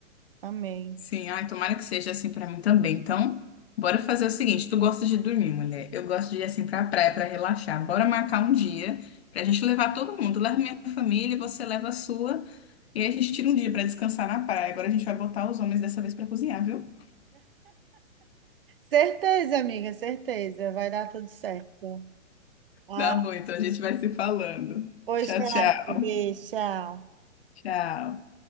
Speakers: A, on the right (about 45°); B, on the left (about 55°).
A: Amém.
B: Sim, ai, tomara que seja assim pra mim também. Então, bora fazer o seguinte: tu gosta de dormir, mulher? Eu gosto de ir assim pra praia pra relaxar. Bora marcar um dia pra gente levar todo mundo. Leva minha família, você leva a sua. E aí a gente tira um dia pra descansar na praia. Agora a gente vai botar os homens dessa vez pra cozinhar, viu?
A: Certeza, amiga, certeza. Vai dar tudo certo. Ah,
B: Tá bom, então a gente vai se falando.
A: pois
B: Tchau,
A: tá,
B: tchau.
A: amiga. Beijo, Tchau.
B: Tchau.